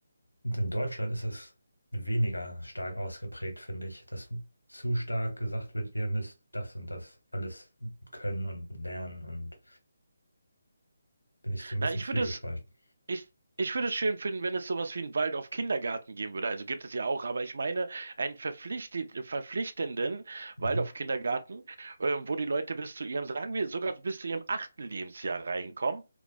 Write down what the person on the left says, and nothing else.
Und in Deutschland ist das weniger stark ausgeprägt, finde ich, dass zu stark gesagt wird, ihr müsst das und das alles können und lernen und bin ich so ein bisschen
zwiegespalten.
Mhm.